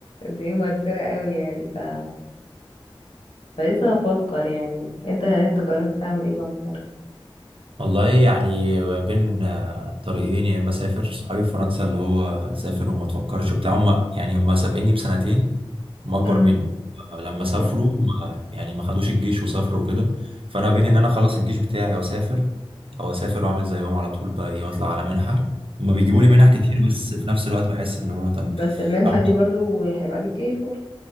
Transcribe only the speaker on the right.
والله يعني ما بين آه، طريقين يا اما اسافر صحابي في فرنسا اللي هو سافر وما تفكرش وبتاع هم يعني هم سابقيني بسنتين هم اكبر
مني آه، لما
سافروا ما يعني ما خدوش الجيش وسافروا وكده فانا بين ان انا اخلص الجيش بتاعي واسافر او اسافر واعمل زيهم على طول بقى ايه واطلع على منحه هما بيجيبوا لي منح كتير بس في نفس الوقت بحس اللي هو طب
أو-